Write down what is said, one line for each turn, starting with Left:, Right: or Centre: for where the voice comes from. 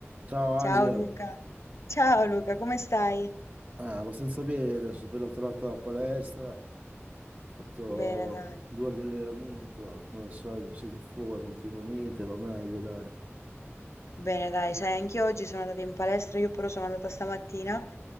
Right: Ciao
Left: Ciao
Right: Asia,
Left: Luca, ciao Luca, come stai?
Right: eh, abbastanza bene, sono appena tornato dalla palestra, ho fatto
Left: Bene dai,
Right: due ore di allenamento, come al solito mi sento in forma ultimamente, va meglio dai.
Left: bene dai, sai, anch'io oggi sono andata in palestra, io però sono andata stamattina